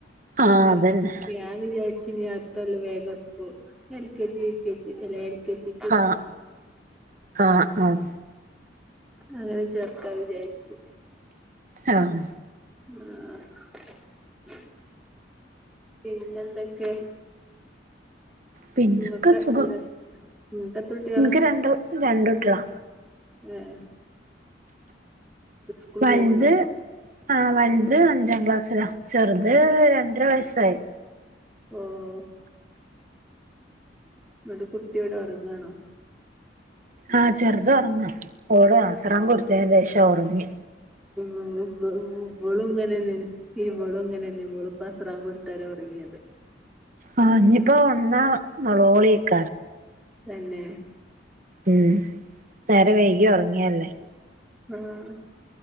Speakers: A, on the right (about 45°); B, in the centre.
A: ആഹ്
B: അപ്
A: അതന്നെ
B: <unintelligible> ഞാൻ വിചാരിച്ചിനി അടുത്തൊല്ല വേഗ school L K G U K G അല്ല എൽ കെ ജി.
A: ആഹ് ആഹ് ആഹ്.
B: അങ്ങനെ ചേർക്കാ വിചാരിച്ച്.
A: ആഹ്.
B: <inaudible> പിന്നെന്തൊക്കെ?
A: പിന്നെക്ക
B: നിങ്ങക്ക്
A: സുഖം.
B: നിങ്ങക്ക് എത്ര കുട്ടികളാ
A: എനിക്ക് രണ്ടു രണ്ടുട്ട്യളാ.
B: ങേ സ്കൂള്
A: വൽത്
B: പോവുണ്ടോ
A: ആഹ് വൽത് അഞ്ചാം ക്ലാസ്സിലാ ചെർത് രണ്ടര വയസ്സായി.
B: ഓഹ് ന്നിട്ട് കുട്ടിയെവിടെ ഒറങ്ങാണോ?
A: ആഹ് ചെർതൊർങ്ങ ഓള് അസറാങ്കൊടുത്തേനേഷം ഒർങ്ങി.
B: <unintelligible> വ വളും ങ്ങനെന്നെണ് ഇവളും ങ്ങനെന്നെ വളു പ്പസറാങ്കൊടുത്തേരാ ഒറങ്ങിയത്.
A: ആ ഞ്ഞിപ്പോ ഒൺന്നാ നൊലോളി <unintelligible>
B: തെന്നെ.
A: ഉം നേരം വൈകി ഒർങ്ങിയല്ലേ.
B: ആഹ്